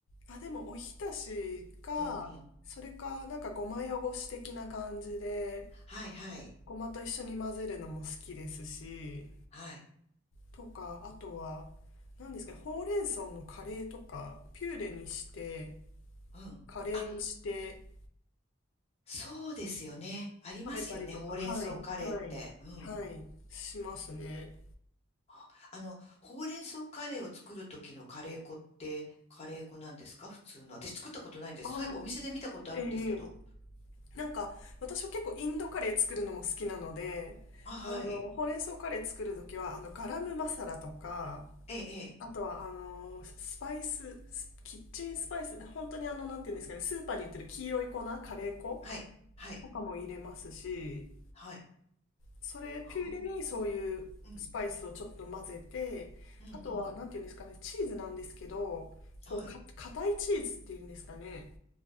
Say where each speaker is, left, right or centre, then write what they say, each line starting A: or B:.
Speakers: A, on the left (about 75°); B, on the left (about 35°).
A: あ、でもおひたしか、
B: うんうん。
A: それかなんかごま汚し的な感じで、
B: はいはい。
A: ごまと一緒に混ぜるのも好きですし、
B: はい。
A: とか、あとは、何ですかね、ほうれん草のカレーとか、ピューレにして、
B: うん。
A: カレーにして
B: あ、そうですよね。ありますよね、
A: 食べたりとか、
B: ほうれん草カレーって。
A: はい、はい、
B: うん。
A: はい、しますね。
B: ああの、ほうれん草カレーを作る時のカレー粉って、カレー粉なんですか普通の。私作ったことないんです。
A: ああ、
B: そういえばお店で見たことあるんですけど。
A: ええなんか、私は結構インドカレー作るのも好きなので、
B: あ、はい。
A: あの、ほうれん草カレー作るときは、あの、ガラムマサラとか、
B: ええ、ええ。
A: あとは、あの、スパイス、スキッチンスパイスで、本当にあの、なんていうんですかね、スーパーに売ってる黄色い粉、カレー粉
B: はい。はい。
A: とかも入れますし、
B: はい。
A: それ、ピューレにそういうスパイスをちょっと混ぜて、
B: ああ。うん。うん、
A: あとは、
B: うん。
A: なんていうんですかね、チーズなんですけど、こう、
B: はい。
A: か、硬いチーズっていうんですかね、